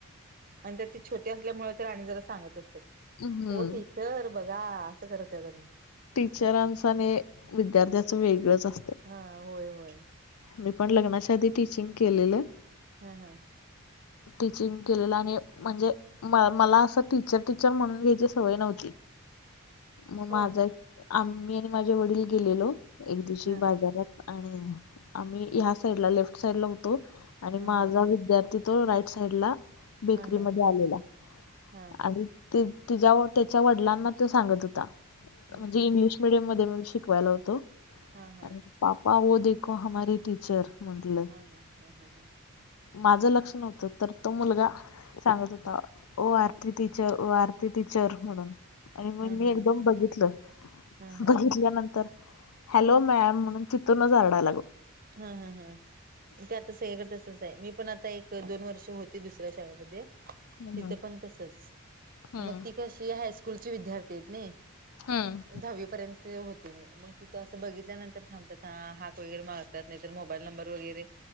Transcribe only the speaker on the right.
आणिंतर ती छोटी असल्यामुळे तर आणि जरा सांगत असतात
ओ टठी चर बघा असं करत आहेतानी.
हा होय होय
हा हा
हो
हा
हा
हा
हा हा
हा
हा
हम्म
हा हा.
हा हा हा हा हा हा हा
हम्म
हम्म हम्म
हा हा हा ते आता सेगतस. मी पण आता एक दोन वर्ष होते दुसऱ्या शाळेमध्ये
तिथं पण तसच
मग ती कशी हायस्कूलची विद्यार्थी आहेत ना
दहावी पर्यंत होते म मग तिथं असं बघितल्यानंतर थांबत हा मोबाईल नंबर वगैरे